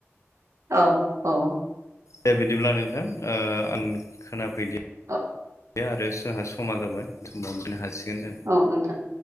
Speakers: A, on the right; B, on the left.
A: औ औ
B: दे बिदिब्ला नोंथां ओ आं खोनाफैदि
A: <inaudible>
B: या आरो जोंहा समा जाबाय जों
A: औ नोंथां